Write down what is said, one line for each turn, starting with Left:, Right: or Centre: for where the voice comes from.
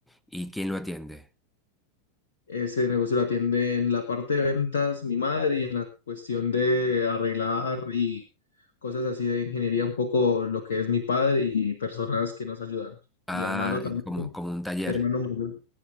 Centre: ¿Y quién lo atiende?
Left: Ese negocio lo atiende en la parte de ventas mi madre y en la cuestión de arreglar y cosas así de ingeniería un poco lo que es mi padre y personas que nos ayudan.
Centre: Ah,
Left: Mi hermano también,
Centre: es como,
Left: mi
Centre: como un taller,
Left: hermano mayor.